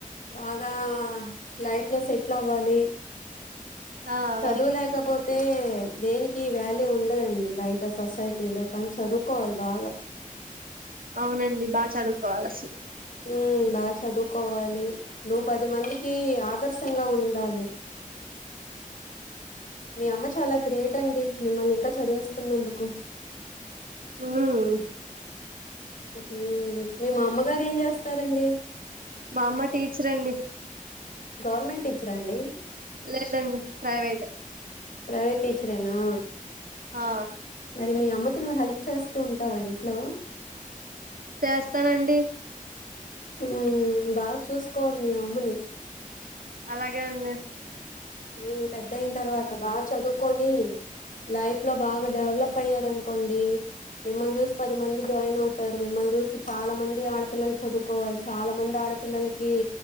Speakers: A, on the left; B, on the right.
A: బాగా లైఫ్ లో సెటిల్ అవ్వాలి
B: ఆ
A: చదువు లేకపోతే పోతే దేనికి వ్యాల్యూ ఉండదండి బయట సొసైటీలో కానీ చదువుకోవాలి బాగా
B: అవునండి బాగా చదువుకోవాలి అసలు
A: మ్మ్ బాగా చదువుకోవాలి నువ్వు పది మందికి ఆదర్శంగా ఉండాలి మీ అమ్మ చాలా గ్రేట్ అండి మిమ్మల్ని ఇంకా చదివిస్తున్న అందుకు
B: మ్మ్
A: ఉ మీ మామ్మగారు ఏం చేస్తారండి
B: మా అమ్మ టీచర్ అండి
A: గవర్నమెంట్ టీచర అండి
B: లేదండి ప్రైవెట్
A: ప్రైవేట్ టీచరేనా
B: ఆ
A: మరి మీ అమ్మకి నువ్వు హెల్ప్ చేస్తూ ఉంటావా ఇంట్లో
B: చేస్తానండి
A: ఉ బాగా చూసుకోవాలి మీ ఆమ్మని
B: అలాగే అండి
A: ఉ పెద్ద అయిన తర్వాత బాగా చదువుకొని లైఫ్ లో బాగా డెవలప్ అయ్యారు అనుకోండి. మిమ్మల్ని చూసి పది మంది జాయిన్ అవుతారు. మిమ్మల్ని చూసి చాలా మంది ఆడపిల్లలు చదువుకోవాలి. చాలా మంది ఆడపిల్లలకి